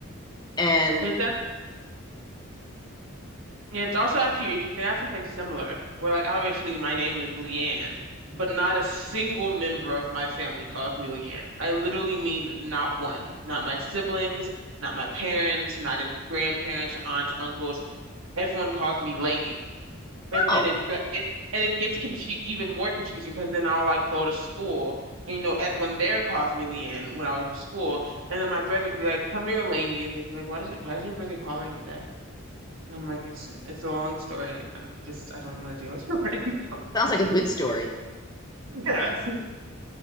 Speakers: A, on the left; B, on the right.
A: And
B: It's act- it's also actually interesting. I have something similar where like obviously my name is Leanne, but not a single member of my family calls me Leanne. I literally mean not one. Not my siblings, not my parents, not in grandparents, aunts, uncles. Everyone calls me lady. and
A: oh,
B: then it, got- it and it gets confu even more confusing because then I'll like go to school and you know everyone there calls me Leanne when I was in school and then my brother would be like come here lady and they'd be like why does it why is your brother calling you that and I'm like it's it's a long story and just I don't want to deal with it right now
A: sounds like a good story.
B: <laughs> yeah